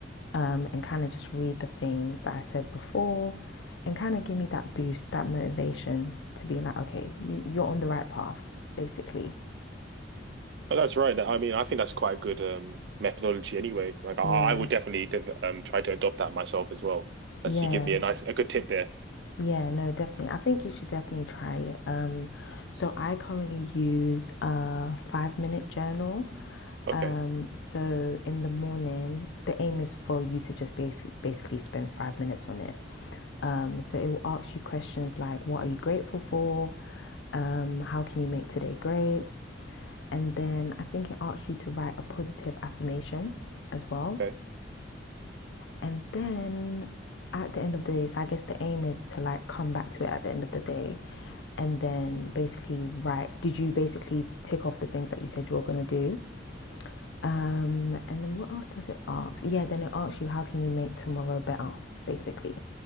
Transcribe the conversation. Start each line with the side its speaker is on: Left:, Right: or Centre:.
Left: um, and kind of just read the things that I said before and kind of give me that boost, that motivation to be like, okay, you, you're on the right path, basically.
Right: But that's right. I mean, I think that's quite a good um, methodology anyway. Like, I,
Left: Yeah,
Right: I would definitely div um, try to adopt that myself as well. That's
Left: yeah.
Right: you give me a nice, a good tip there.
Left: Yeah, no, definitely. I think you should definitely try it. Um, so I currently use a five minute journal.
Right: Okay,
Left: Um, so in the morning, the aim is for you to just basic, basically spend five minutes on it. Um, so it will ask you questions like, what are you grateful for? Um, how can you make today great? And then I think it asks you to write a positive affirmation as well.
Right: okay.
Left: And then at the end of the day, so I guess the aim is to like come back to it at the end of the day and then basically write did you basically tick off the things that you said you were going to do? Um, and then what else does it ask? Yeah, then it asks you how can you make tomorrow better, basically.